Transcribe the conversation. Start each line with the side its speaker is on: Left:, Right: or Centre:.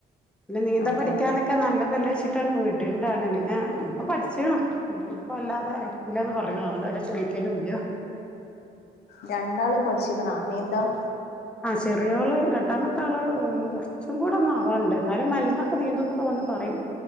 Centre: ന്നെ നീന്താൻ
Left: അതന്നെ
Centre: പഠിക്കാനൊക്കെ നല്ലതല്ലേ ച്ച്ട്ടാണ് വിട്ണ്ടാനത് പിന്നെപ്പം പഠിച്ചാണ് ഇഞ്ഞിപ്പൊവല്ലാതെ അയക്കൂലാന്ന് പറയും അതോണ്ട് പിന്നെ ചോയ്ക്കലൂല്ല
Left: രണ്ടാളും പട്ച്ച്ക്ണൊ നീന്തം
Centre: ചെറിയോള് രണ്ടാമത്താള് ഒന്ന് കൊറച്ചും കൂടൊന്ന് ആവാണ്ട് ന്നാലും മൽന്നൊക്കെ നീന്തുംനൊക്കെ വന്ന് പറീം